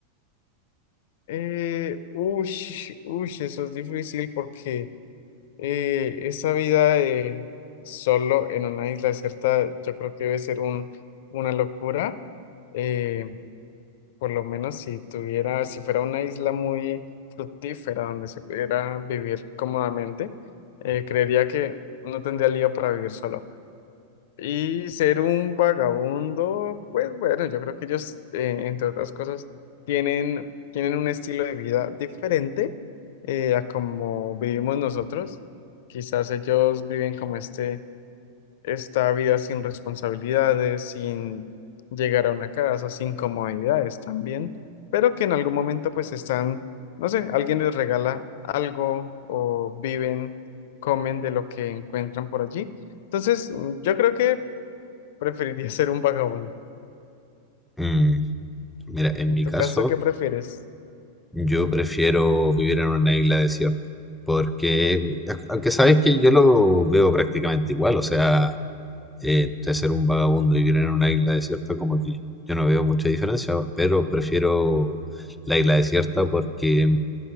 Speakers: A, on the left (about 65°); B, in the centre.
A: Eh, uy, uy, eso es difícil porque... Eh, esa vida eh, solo en una isla desierta, yo creo que debe ser un, una locura. Eh, por lo menos si tuviera, si fuera una isla muy fructífera donde se pudiera vivir cómodamente, eh, creería que no tendría lío para vivir solo. Y ser un vagabundo, pues bueno, yo creo que ellos, eh, entre otras cosas, tienen, tienen un estilo de vida diferente eh, a como vivimos nosotros. Quizás ellos viven como este, esta vida sin responsabilidades, sin llegar a una casa, sin comodidades también, pero que en algún momento pues están, no sé, alguien les regala algo o viven, comen de lo que encuentran por allí. Entonces, mm, yo creo que Preferiría ser un vagabundo.
B: Mm. Mira, en
A: En
B: mi
A: tu
B: caso,
A: caso, ¿qué prefieres?
B: yo prefiero vivir en una isla desierta, porque, au- aunque sabes que yo lo veo prácticamente igual, o sea, eh, entre ser un vagabundo y vivir en una isla desierta, como que yo no veo mucha diferencia, pero prefiero la isla desierta porque